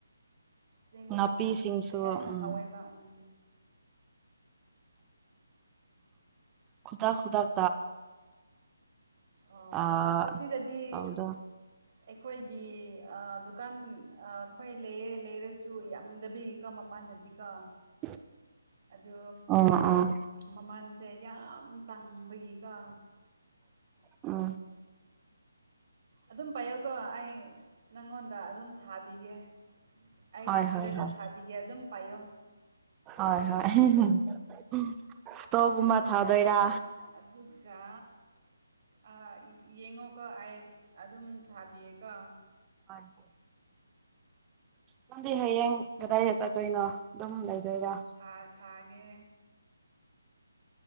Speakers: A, on the right (about 50°); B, on the right (about 15°).
A: ꯆꯤꯡꯒꯤꯅ
B: ꯅꯥꯄꯤꯁꯤꯡꯁꯨ
A: ꯍꯦꯟꯅ
B: ꯎꯝ
A: ꯍꯥꯎꯋꯦꯕ ꯎꯝ
B: ꯈꯨꯗꯥꯞ ꯈꯨꯗꯥꯞ
A: ꯑꯣ
B: ꯑꯥ
A: ꯑꯁ ꯑꯁꯤꯗꯗꯤ
B: ꯇꯧꯕꯗꯣ
A: ꯑꯩꯈꯣꯏꯒꯤ ꯑꯥ ꯗꯨꯀꯥꯟ ꯑꯥ ꯑꯩꯈꯣꯏ ꯂꯩꯌꯦ ꯂꯩꯔꯁꯨ ꯌꯥꯝꯗꯕꯤ ꯀꯣ ꯃꯞ ꯄꯥꯟꯗꯗꯤꯀꯣ
B: <unintelligible>
A: ꯑꯗꯤ
B: ꯑꯣ ꯑꯣ
A: ꯃꯃꯥꯟꯁꯦ ꯌꯥꯝ ꯇꯥꯡꯕꯒꯤꯀ
B: ꯎꯝ
A: ꯑꯗꯨꯝ ꯄꯥꯏꯌꯣꯀꯣ ꯑꯩ ꯅꯪꯉꯣꯟꯗ ꯑꯗꯨꯝ ꯊꯥꯕꯤꯒꯦ ꯑꯩ
B: ꯍꯣꯏ ꯍꯣꯏ
A: ꯏꯔꯒ
B: ꯍꯣꯏ
A: ꯊꯥꯕꯤꯒꯦ ꯑꯗꯨꯝ ꯄꯥꯏꯌꯣ
B: ꯍꯣꯏ ꯍꯣꯏ ꯐꯇꯣꯒꯨꯝꯕ ꯊꯥꯎꯗꯣꯏꯔꯥ
A: ꯑꯗꯨꯒ ꯑꯥ ꯌꯦꯡꯉꯣꯀꯣ ꯑꯩ ꯑꯗꯨꯝ ꯊꯥꯕꯤꯌꯦꯀꯣ
B: <unintelligible> ꯅꯪꯗꯤ ꯍꯌꯦꯡ ꯀꯗꯥꯏꯗ ꯆꯠꯇꯣꯏꯅꯣ ꯑꯗꯨꯝ ꯂꯩꯗꯣꯏꯔꯥ
A: ꯊꯥ ꯊꯥꯒꯦ